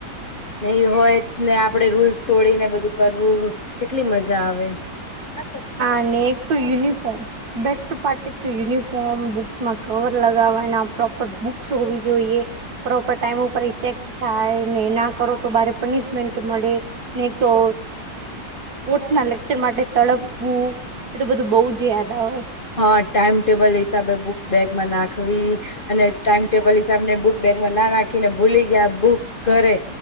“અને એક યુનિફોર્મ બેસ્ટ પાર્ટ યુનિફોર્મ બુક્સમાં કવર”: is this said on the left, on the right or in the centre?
Right